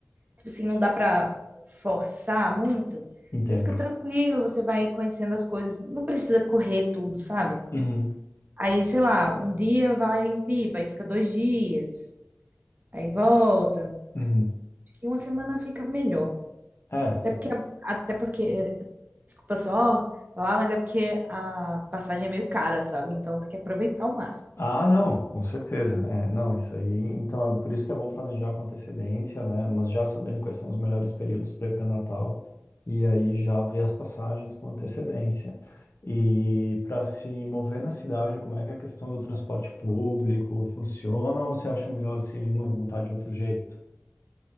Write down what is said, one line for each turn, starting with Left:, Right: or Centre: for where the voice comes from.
Right: tipo assim, não dá pra forçar muito.
Left: Entendo.
Right: Você fica tranquilo, você vai conhecendo as coisas, não precisa correr tudo, sabe?
Left: Uhum,
Right: Aí, sei lá, um dia vai em Pipa, aí fica dois dias, aí volta.
Left: uhum.
Right: Acho que uma semana fica melhor.
Left: É, você
Right: Até porque,
Left: fi-
Right: até porque, desculpa só falar, mas é porque a passagem é meio cara, sabe? Então tem que aproveitar ao máximo.
Left: ah, não, com certeza. É, não, isso aí. Então, é por isso que é bom planejar com antecedência, né? Mas já sabendo quais são os melhores períodos para ir para Natal, e aí já ver as passagens com antecedência. E para se mover na cidade, como é que é a questão do transporte público funciona, ou você acha melhor se movimentar de outro jeito?